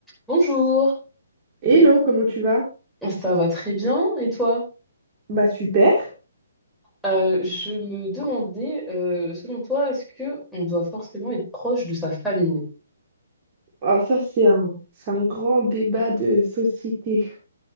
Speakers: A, in the centre; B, on the right.
A: Bonjour,
B: Hello, comment tu vas?
A: ça va très bien et toi?
B: Bah super.
A: Euh, je me demandais, euh, selon toi, est-ce que on doit forcément être proche de sa famille?
B: Alors ça c'est un, c'est un grand débat de société.